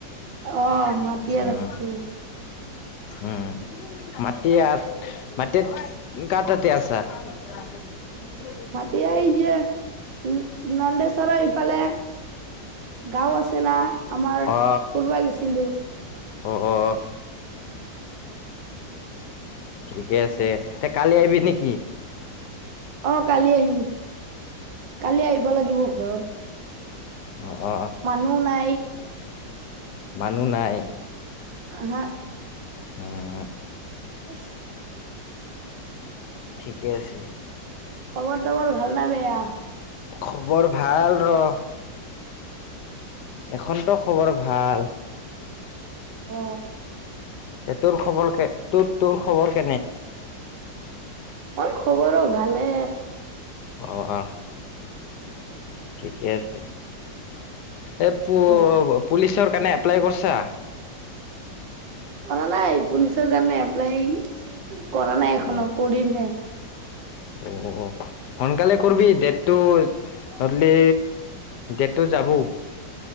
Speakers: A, on the right (about 75°); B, on the left (about 70°).
A: অ'।
B: উম।
A: মাটিয়াত আছো
B: উম, মাটিয়াত মাটিয়াত কাৰ তাতে আছা? <unintelligible>
A: মাটিয়া য়েই যে, উম, নন্দেশ্বৰৰ এইফালে। গাঁও আছে না আমাৰ ফুৰিবা
B: অ
A: গিছিলো।
B: অ', অ'। ঠিকে আছে, তে কালি আহিবি নেকি?
A: অ কালি আহিম, কালি আহিব লাগিব ঘৰত।
B: অ-অ-অ'।
A: মানুহ নাই।
B: মানুহ নাই।
A: আহা।
B: উম
A: <inaudible> <inaudible>
B: ঠিকে আছে।
A: খবৰ-তবৰ ভাল না বেয়া?
B: খবৰ ভাল ৰ। এখনটো খবৰ ভাল।
A: অ।
B: তে তোৰ খবৰ কে, তোৰ-তোৰ খবৰ কেনে?
A: অ খবৰো ভালে।
B: অ অ। ঠিকে আছে। এ পু-পুলিচৰ
A: অ
B: কাৰণে এপ্লাই কৰিছা?
A: কৰা নাই। পুলিচৰ কাৰণে এপ্লাই কৰা নাই এখনো
B: এ
A: কৰিমহে।
B: অ সোনকালে কৰিবি ডেটটো নধলি ডেটটো যাব।